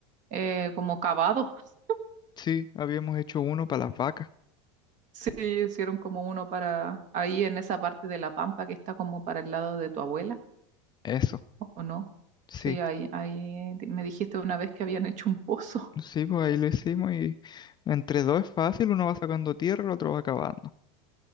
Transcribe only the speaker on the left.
Sí, habíamos hecho uno para las vacas.
Eso,
sí.
Sí, pues ahí lo hicimos y entre dos es fácil, uno va sacando tierra el otro va cavando.